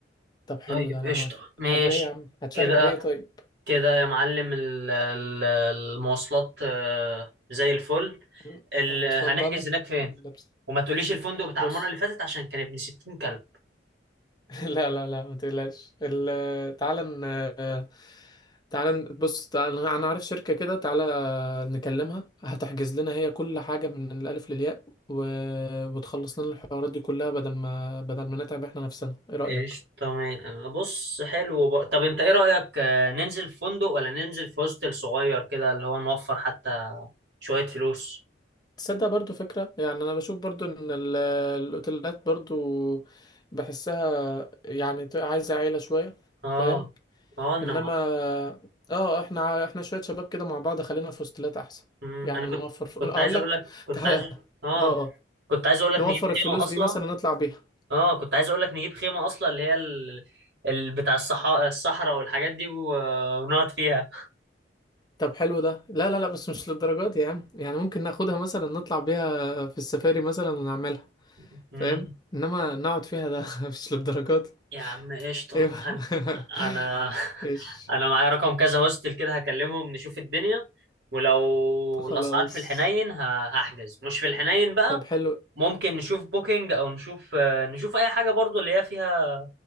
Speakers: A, on the left; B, on the right.
A: طب حلو
B: طيب
A: ده انا
B: قشطة
A: موافق
B: ماشي
A: طب ايه يا عم هتشارك
B: كده
A: بايه طيب
B: كده يا معلم ال- ال- المواصلات آه، زي الفل
A: ال-
B: ال-
A: انا اصلا
B: هنحجز
A: دن
B: هناك فين
A: لبس
B: وما تقوليش الفندق بتاع
A: بص
B: المرة اللي فاتت عشان كان ابن 60 كلب
A: <laughs> لا لا لا ما تقلقش ال- تعالى ن- تعالى ن- بص تعالى انا عارف شركة كده تعالى نكلمها هتحجز لنا هي كل حاجة من الألف للياء و... وتخلص لنا الحوارات دي كلها بدل ما بدل ما نتعب احنا نفسنا ايه رأيك
B: ايش تمام بص حلو بقى. طب انت ايه رأيك آه، ننزل في فندق ولا ننزل في هوستل صغير كده اللي هو نوفر حتى شوية فلوس
A: تصدق برضو فكرة يعني انا بشوف برضو ان ال- الاوتيلات برضو بحسها يعني ت- عايزة عيلة شوية
B: اه
A: فاهم
B: اه انما
A: انما اه احنا احنا شويه شباب كده مع بعض خلينا في هوستلات احسن
B: مم،
A: يعني
B: انا كنت
A: نوفر ف...
B: كنت
A: اقول
B: عايز اقول
A: لك
B: لك
A: <laughs>
B: كنت
A: تعال
B: عايز أقول- اه
A: اه اه
B: كنت عايز اقول لك
A: نوفر
B: نجيب
A: الفلوس
B: خيمة اصلا
A: دي مثلا نطلع بيها
B: اه كنت عايز اقول لك نجيب خيمة اصلا اللي هي ال... ال... بتاع الصحراء الصحراء والحاجات دي و- ونقعد فيها
A: طب حلو ده لا لا لا بس مش للدرجات دي يا عم يعني ممكن ناخدها مثلا نطلع بيها في السفاري مثلا ونعملها
B: <laughs>
A: فاهم انما نقعد فيها ده <laughs> مش للدرجات دي.
B: يا عم قشطة
A: ايوه <laughs>
B: أنا أنا <laughs>
A: ايش
B: أنا معايا رقم كذا هوستل كده هكلمهم نشوف الدنيا ولو
A: خلاص
B: الأسعار في الحنين ه- هحجز مش في الحنين بقى
A: طب حلو
B: ممكن نشوف بوكينج أو نشوف آه، نشوف أي حاجة برضو اللي هي فيها